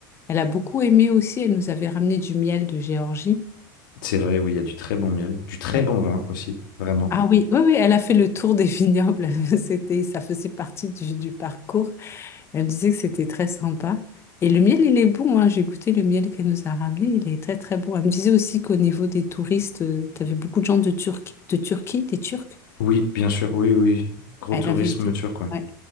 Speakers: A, on the left; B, on the left.
A: Elle a beaucoup aimé aussi. Elle nous avait ramené du miel de Géorgie.
B: C'est vrai, oui, il y a du très bon miel, du très
A: Ouais.
B: bon vin aussi, vraiment.
A: Ah oui, oui, oui, elle a fait le tour des vignobles. <laughs> C'était, ça faisait partie du, du parcours. Elle me disait que c'était très sympa. Et le miel, il est bon, hein. J'ai goûté le miel qu'elle nous a ramené. Il est très, très bon. Elle me disait aussi qu'au niveau des touristes, tu avais beaucoup de gens de Turquie, de Turquie, des Turcs.
B: Oui, bien sûr, oui, oui. oui. Gros
A: Elle
B: tourisme
A: avait été,
B: turc, quoi.
A: ouais,